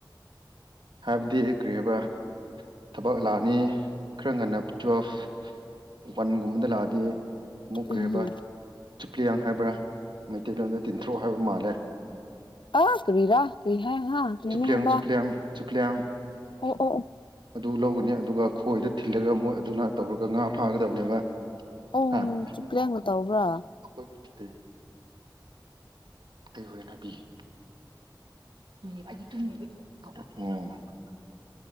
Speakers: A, on the right (about 70°); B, on the left (about 85°).
A: ꯍꯥꯏꯕꯗꯤ ꯀ꯭ꯔꯤ ꯍꯕꯥ ꯊꯕꯛ ꯂꯥꯑꯅꯤ ꯈꯔ ꯉꯟꯅ ꯇꯨꯋꯦꯜꯐ ꯋꯥꯟꯒꯨꯝꯕꯗ ꯂꯥꯛꯑꯗꯤ ꯃꯨꯈꯔꯦꯕ
B: ꯎꯝ
A: <unintelligible> ꯍꯥꯏꯕ꯭ꯔꯥ ꯃꯩꯇꯩꯂꯣꯟꯗ ꯇꯤꯟꯊ꯭ꯔꯣꯛ ꯍꯥꯏꯕ ꯃꯥꯜꯂꯦ꯫
B: ꯑ ꯀꯔꯤꯔꯥ ꯀꯔꯤꯍꯥꯏ ꯍꯥ ꯀꯔꯤꯅꯦ
A: ꯆꯨꯞꯂꯤꯌꯥꯡ
B: ꯍꯕ
A: <unintelligible>
B: ꯑꯣ ꯑꯣ ꯑꯣ
A: ꯑꯗꯨ ꯂꯧꯒꯅꯦ ꯑꯗꯨꯒ ꯈꯣꯏꯗ ꯊꯤꯜꯂꯒ ꯃꯣꯏ ꯑꯗꯨꯅ ꯇꯧꯔꯒ ꯉꯥ ꯐꯥꯒꯗꯕꯅꯦꯕ꯫
B: ꯑꯣ
A: ꯍꯥ <unintelligible>
B: ꯆꯨꯞꯂꯦꯡꯅ ꯇꯧꯕ꯭ꯔꯥ
A: ꯑꯩ ꯍꯣꯔꯦꯟ ꯍꯥꯏꯕꯤꯒꯦ <unintelligible> <unintelligible>